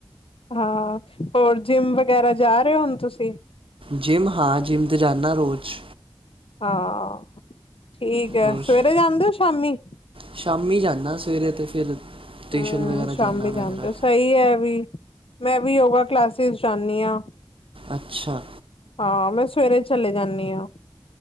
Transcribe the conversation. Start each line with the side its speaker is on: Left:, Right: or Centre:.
Left: ਹਾਂ। ਹੋਰ ਜਿੰਮ ਵਗੈਰਾ ਜਾ ਰਹੇ ਹੋ ਹੁਣ ਤੁਸੀਂ।
Right: ਜਿੰਮ ਹਾਂ। ਜਿੰਮ 'ਤੇ ਜਾਂਦਾ ਰੋਜ਼।
Left: ਹਾਂ। ਠੀਕ ਹੈ।
Right: ਰੋਜ਼
Left: ਸਵੇਰੇ ਜਾਂਦੇ ਹੋ ਸ਼ਾਮੀ।
Right: ਸ਼ਾਮੀ ਜਾਂਦਾ। ਸਵੇਰੇ ਤੇ ਫਿਰ ਟਿਊਸ਼ਨ
Left: ਹੂੰ।
Right: ਵਗੈਰਾ
Left: ਸ਼ਾਮੀ
Right: ਜਾਨਾ ਵਗੈਰਾ
Left: ਜਾਂਦੇ ਹੋ ਸਹੀ ਹੈ ਏ ਵੀ। ਮੈਂ ਵੀ ਯੋਗਾ ਕਲਾਸਿਸ ਜਾਂਦੀ ਹਾਂ।
Right: ਅੱਛਾ।
Left: ਹਾਂ। ਮੈਂ ਸਵੇਰੇ ਚਲੇ ਜਾਣੀ ਹਾਂ।